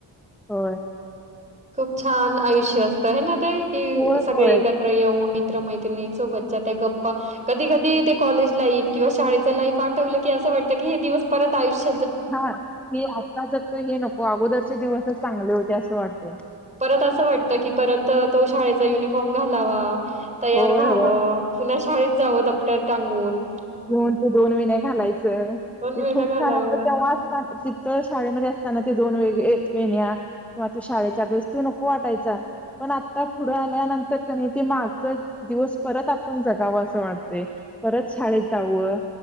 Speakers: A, in the centre; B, on the right.
A: हो
B: खूप छान आयुष्य असतं आहे ना ते कि
A: होय
B: सगळे
A: होय.
B: एकत्र येऊन म्र मैत्रिणीं सोबतच्या त्या गप्पा कधी कधी ते कॉलेज लाईफ किंवा शाळेच लाईफ आठवलं की असं वातं क हे दिवसत आयुष्य
A: हा हे आताच त हे नको अगोदरचे दिवसच चांगले होते असं वाटते
B: परत असं वाटतं की परत तो शाळेचा युनिफॉर्म घालावा तयार
A: होय,
B: व्हावं
A: होय.
B: पुन्हा शाळेत जावं डप्टर टांगून
A: घेऊन ते विण्या खूप
B: वेला घालाव्या.
A: छान तेव्हा अस तिथ शाळेमध्ये असताना ते दोन वेगळे वेण्या किंवा तू शाळेच्या बेस तू नको वाटायचा पण आत्ता पुढं आल्यानंतर क ते माग दिवस परत आपण जगावा असं वाटते परत शाळेत जावं